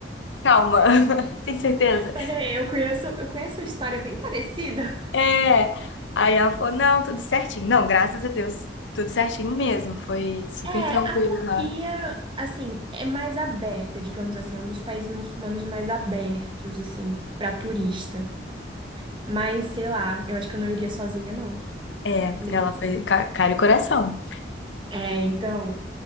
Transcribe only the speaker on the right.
Peraí, eu conheço, eu conheço uma história bem parecida.
É,
a Turquia,
assim, é mais aberta, digamos assim, é um dos países muçulmanos mais abertos, assim, para turista. Mas, sei lá, eu acho que eu não iria sozinha, não.
Mesmo
assim.
É, então.